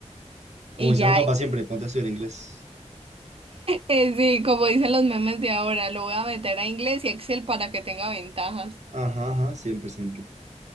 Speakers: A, on the right; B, on the right.
A: Como
B: Y
A: dicen
B: ya.
A: los papás siempre, ponte a estudiar inglés.
B: Eh, Sí, como dicen los memes de ahora, lo voy a meter a inglés y Excel para que tenga ventajas.
A: Ajá, ajá, siempre, siempre.